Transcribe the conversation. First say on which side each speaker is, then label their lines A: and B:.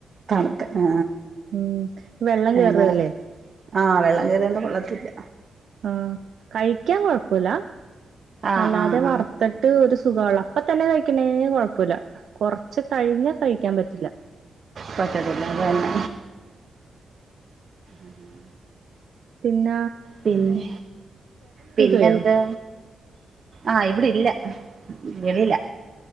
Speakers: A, on the right; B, on the right.
A: തണുത്ത് ആ
B: ഉം വെള്ളം
A: ആ
B: കേറല്ലേ
A: അതെ ആ വെള്ളം കേറിയ എന്തോ കൊള്ളത്തില്ല
B: ആ കഴിക്കാൻ കൊഴുപ്പുല
A: ആഹ്
B: അല്ലാതെ
A: ആഹ്
B: വറുത്തട്ട്
A: ആഹ്
B: ഒരു സുഖാവൻള്ള അപ്പ തന്നെ കഴിക്കണേന് കൊഴുപ്പുല കൊറച്ച് കഴിഞ്ഞ കഴിക്കാൻ പറ്റില്ല
A: പറ്റത്തില്ലതന്നെ ഉം
B: പിന്ന
A: പിന്നെ പിന്നെ
B: പോയോ
A: എന്താ ആഹ് ഇവിടെ ഇല്ല വെളിയില്ല